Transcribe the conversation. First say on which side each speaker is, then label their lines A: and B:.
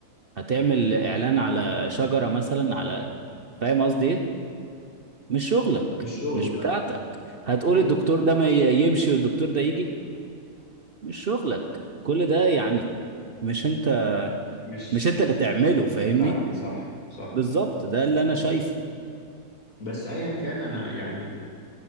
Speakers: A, on the right (about 45°); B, on the left (about 60°).
A: هتعمل اعلان على شجره مثلا على فاهم قصدي ايه مش شغلك
B: مش شغلي
A: مش
B: لا
A: بتاعتك هتقول الدكتور ده ما ي- يمشي والدكتور ده يجي مش شغلك كل ده يعني مش انت
B: مش
A: مش انت اللي تعمله
B: مش
A: فاهمني
B: بتاعتي صح صح
A: بالظبط ده اللي انا شايفه
B: بس ايا كان انا يعني